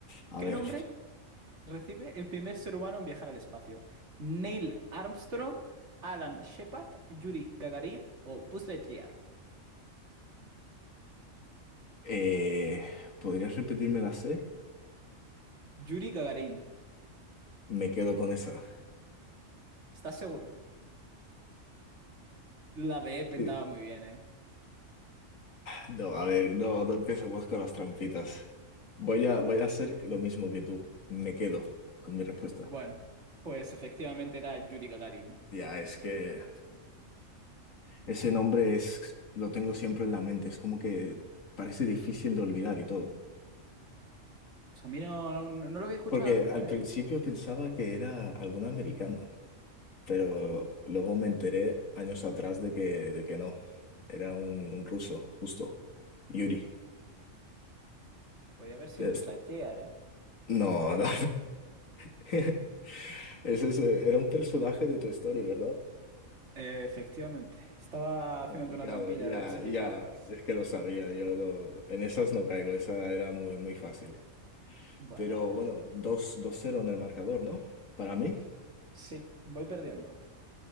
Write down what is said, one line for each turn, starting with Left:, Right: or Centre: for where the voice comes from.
Left: A
Right: ¿Qué
Left: ver,
Right: nombre recibe el primer ser humano en viajar al espacio? ¿Neil Armstrong, Alan Shepard, Yuri Gagarin o Buzz Lightyear?
Left: eh, ¿podrías repetirme la C?
Right: Yuri Gagarin,
Left: Me quedo con esa.
Right: ¿estás seguro? La B pintaba
Left: Sí.
Right: muy bien, ¿eh?
Left: No, a ver, no, no empecemos con las trampitas. Voy a, voy a hacer lo mismo que tú. Me quedo con mi respuesta.
Right: Bueno, pues efectivamente era Yuri Gagarin.
Left: Ya, es que ese nombre es, lo tengo siempre en la mente, es como que parece difícil de olvidar y todo.
Right: O sea, a mí no, no, no lo había escuchado
Left: Porque
Right: nunca,
Left: al principio
Right: ¿eh?
Left: pensaba que era algún americano, pero luego me enteré años atrás de que, de que no, era un, un ruso, justo, Yuri.
Right: Podría haber sido
Left: Es-
Right: pues Lightyear, ¿eh?
Left: no,
Right: Yo se lo dejó
Left: no.
Right: caer.
Left: <laughs> Ese es, eh, era un personaje de tu historia, ¿verdad?
Right: Eh, Efectivamente. Estaba haciéndote
Left: Complicado,
Right: una trampilla
Left: ya,
Right: a ver si picabas.
Left: ya, es que lo sabía, yo no- en esas no caigo, esa era muy, muy fácil.
Right: Bueno,
Left: Pero
Right: a ver.
Left: bueno, dos dos cero en el marcador, ¿no? Para mí.
Right: Sí, voy perdiendo.